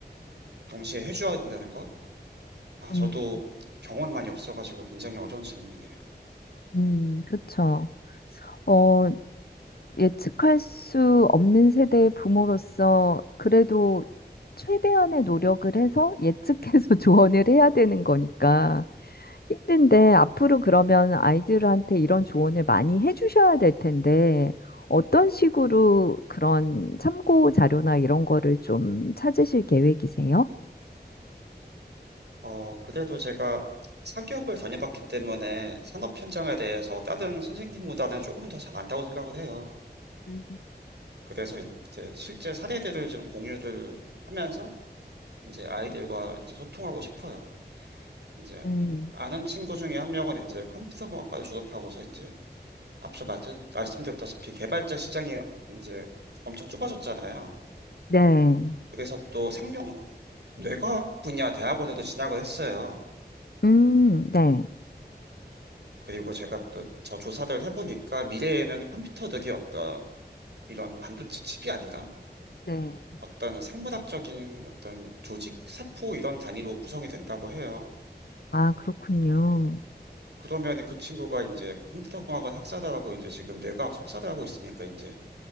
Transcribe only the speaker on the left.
음,
음, 그쵸. 어, 예측할 수 없는 세대의 부모로서 그래도 최대한의 노력을 해서 예측해서 <laughs> 조언을 해야 되는 거니까. 힘든데 앞으로 그러면 아이들한테 이런 조언을 많이 해주셔야 될 텐데 어떤 식으로 그런 참고 자료나 이런 거를 좀 찾으실 계획이세요?
음.
음,
네.
음, 네.
네.
아, 그렇군요.